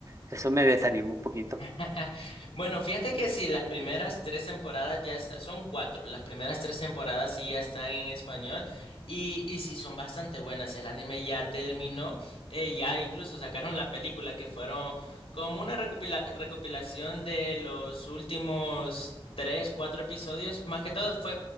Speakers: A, on the right; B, on the left.
A: eso me desanimó un poquito.
B: <laughs> Bueno, fíjate que sí, las primeras tres temporadas ya están, son cuatro, las primeras tres temporadas sí ya están en español y, y sí son bastante buenas. El anime ya terminó, eh, ya incluso sacaron la película que fueron como una recopila- recopilación de los últimos tres, cuatro episodios. Más que todo fue